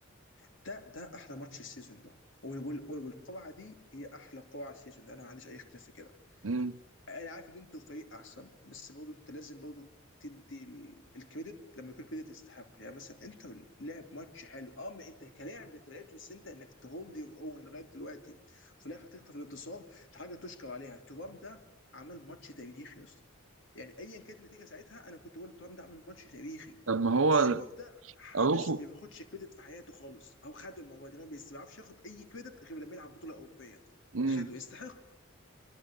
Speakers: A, on the left (about 60°); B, on the right (about 70°).
A: ده ده احلى ماتش السيزون ده وال- وال- والقرعه دي هي احلى قرعه السيزون ده انا ما عنديش اي اختلاف في كده
B: مم.
A: انا عارف ان انتوا فريق احسن بس برضه انت لازم برضه تدي ال- الكريدت لما يكون الكريدت يستحق يعني مثلا انت لعب ماتش حلو اه ما انت كلاعب انت ما لعبتش بس انت انك تهولد يور اون لغايه دلوقتي وفي الاخر تخطف الانتصار دي حاجه تشكر عليها ترام ده عمل ماتش تاريخي يا اسطى يعني ايا كانت النتيجه ساعتها انا كنت بقول ترام ده عمل ماتش تاريخي
B: طب ما هو
A: سومر ده حابس
B: اروخو
A: ما بياخدش كريدت في حياته خالص او خده المره دي إن هو ما بيعرفش ياخد اي كريدت غير لما يلعب بطوله اوروبيه
B: مم.
A: خده يستحق